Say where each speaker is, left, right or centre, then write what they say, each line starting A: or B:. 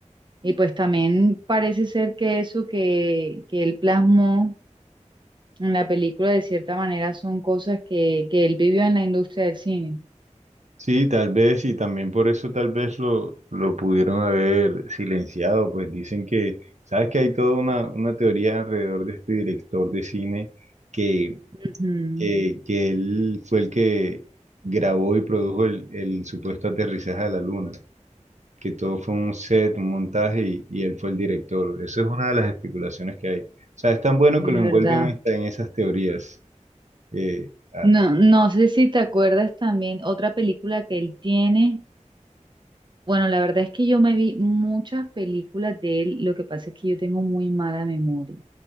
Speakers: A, on the right; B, on the right.
A: y pues también parece ser que eso que, que él plasmó en la película de cierta manera son cosas que, que él vivió en la industria del cine.
B: Sí, tal vez, y también por eso tal vez lo, lo pudieron haber silenciado, pues dicen que, sabes que hay toda una, una teoría alrededor de este director de cine que,
A: Ujú,
B: que, que él fue el que grabó y produjo el, el supuesto aterrizaje a la luna, que todo fue un set, un montaje y, y él fue el director. Eso es una de las especulaciones que hay. O sea, es tan bueno
A: de
B: que lo envuelven
A: verdad.
B: hasta en esas teorías. Eh, ah,
A: No, no sé si te acuerdas también otra película que él tiene. Bueno, la verdad es que yo me vi muchas películas de él, lo que pasa es que yo tengo muy mala memoria.